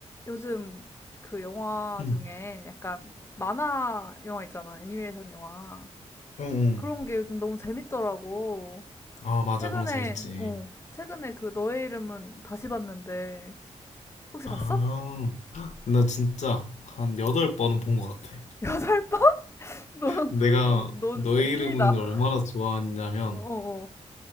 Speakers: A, on the left (about 20°); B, on the left (about 75°).
A: 요즘 그 영화
B: 응.
A: 중에 약간 만화 영화 있잖아. 애니메이션 영화.
B: 어, 어.
A: 그런 게 요즘 너무 재밌더라고.
B: 아, 맞아.
A: 최근에,
B: 그런 거 재밌지.
A: 어, 최근에 그 너의 이름은 다시 봤는데, 혹시
B: 아,
A: 봤어?
B: 나 진짜 한 여덟 번은 본 것 같아.
A: <laughs> 여덟 번? <laughs> 너,
B: 내가
A: 넌
B: 너의
A: 진짜 찐이다.
B: 이름을 얼마나 좋아하냐면,
A: 어어.